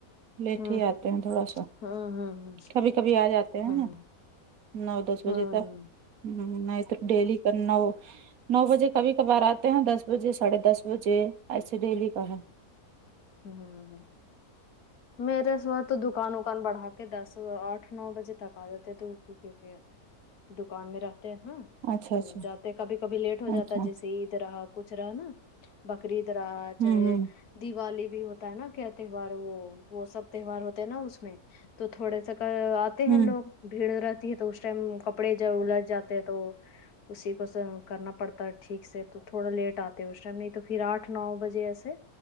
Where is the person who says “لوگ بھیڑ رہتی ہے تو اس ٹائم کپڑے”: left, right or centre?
Left